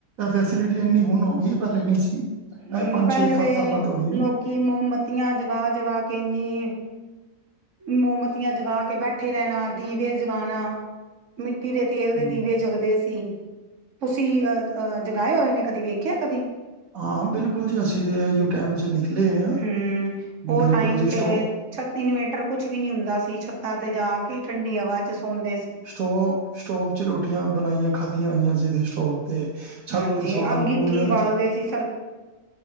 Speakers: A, on the right; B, on the right.
A: ਫੈਸਿਲਿਟੀ ਇੰਨੀ ਹੁਣ ਹੋ ਗਈ ਹੈ ਪਹਿਲੇ ਨਹੀਂੀ ਸੀ
B: ਹਮ,
A: ਇਹ
B: ਪਹਿਲੇ ਤੇ
A: ਸਾਲਾਂ ਤੋਂ ਹੋਈ ਹੈ।
B: ਲੋਕੀ, ਮੋਮਬੱਤੀਆਂ ਜਗਾ -ਜਗਾ ਕੇ ਇੰਨੀ ਮੋਮਤੀਆਂ ਜਗਾ ਕੇ ਬੈਠੇ ਰਹਿਣਾ, ਦੀਵੇੇ ਜਗਾਉਣਾ ਮਿੱਟੀ ਦੇ ਤੇਲ ਦੇ,
A: ਹਮ।
B: ਦੀਵੇ ਜਗਦੇ ਸੀ। ਤੁਸੀ ਅਹ ਜਗਾਏ ਹੋਏ ਨੇ, ਕਦੀ ਵੇਖਿਆ ਕਦੀ
A: ਹਾਂ ਬਿਲਕੁਲ ਜੀ, ਅਸੀਂ ਤੇ ਟਾਈਮ ਚ ਨਿਕਲੇ ਹੋਏ ਆ,
B: ਹਮ, ਉਹ
A: ਬਿਲਕੁਲ
B: ਟਾਈਮ
A: ਜੀ
B: ਤੇ,
A: ਸਟੋ
B: ਛ ਇਨਵੇਟਰ ਕੁਛ ਵੀ ਨੀ ਹੁੰਦਾ ਸੀ। ਤਦ ਜਾ ਕੇ, ਠੰਡੀ ਹਵਾ ਚ ਸੌਦੇ ਸੀ।
A: ਸਟੋਵ- ਸਟੋਵ 'ਚ ਰੋਟੀਆਂ ਬਣਾਈਆਂ ਖਾਧੀਆਂ ਹੋਈਆਂ ਸੀ ਸਟੋਵ ਤੇ ਛਤ
B: ਹਾਂਜੀ
A: ਸੋਨਾ
B: ਅੰਗੀਠੀ
A: ਕੂਲਰ
B: ਬਾਲਦੇ
A: ਚ
B: ਸੀ